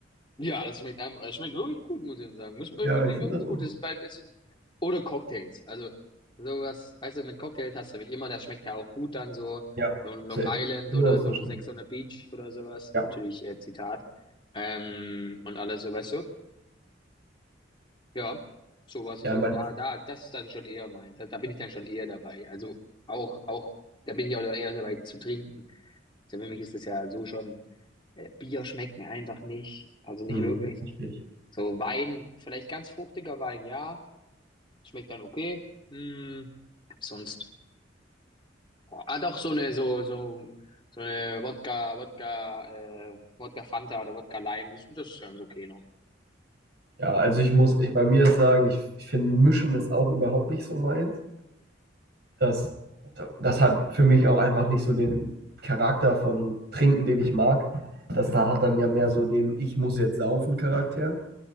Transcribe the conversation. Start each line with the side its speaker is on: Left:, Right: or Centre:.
Left: ja, das schmeckt einfach, es schmeckt wirklich gut, muss ich sagen. Muss äh,
Right: Ja,
Left: wirklich,
Right: ich finde
Left: wirklich
Right: das auch.
Left: gut. Das ist bei ein bisschen, oder Cocktails. Also, sowas, weißt du, mit Cocktails hast du mich immer, das schmeckt ja auch gut dann so,
Right: Ja,
Left: so ein Long
Right: safe.
Left: Island
Right: Ja,
Left: oder
Right: das
Left: so
Right: verstehe
Left: Sex
Right: ich.
Left: on the Beach oder sowas.
Right: Ja,
Left: Natürlich, äh, Zitat. Ähm, und alles so, weißt du? Ja, so was, so,
Right: ja, mein,
Left: da, da, das ist dann schon eher mein, da, da bin ich dann schon eher dabei. Also auch, auch, da bin ich auch eher dabei zu trinken. Also für mich ist das ja so schon, äh, Bier schmeckt mir einfach nicht, also nicht
Right: mhm,
Left: wirklich.
Right: verstehe ich.
Left: So Wein, vielleicht ganz fruchtiger Wein, ja, schmeckt dann okay. Hm, sonst, oh, ah, doch so eine, so, so, so eine Wodka, Wodka, äh, Wodka Fanta oder Wodka Lime, das, das ist ganz okay noch.
Right: Ja, also ich muss ich bei mir sagen, ich, ich finde Mischen ist auch überhaupt nicht so meins. Das, das hat für mich auch einfach nicht so den Charakter von Trinken, den ich mag. Das da hat dann ja mehr so den Ich muss jetzt saufen Charakter.